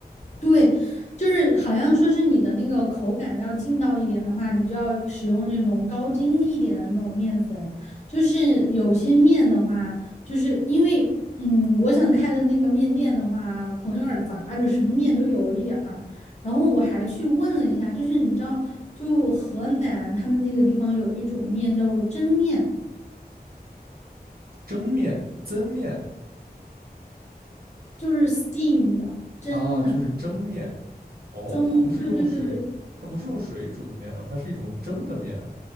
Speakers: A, on the left (about 45°); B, on the right (about 65°).
A: 对，就是好像说是你的那个口感要劲道一点的话，你就要使用那种高筋一点的那种面粉。就是有些面的话，就是因为嗯，我想开的那个面店的话，可能有点杂，就什么面都有一点儿。然后我还去问了一下，就是你知道，就河南他们那个地方有一种面叫做蒸面，
B: 蒸面、蒸面
A: 就是 steam 的蒸的
B: 啊，就是蒸面哦，
A: 蒸，
B: 它不是用水，
A: 对对对对。
B: 它不是用水煮的面嘛，它是一种蒸的面啊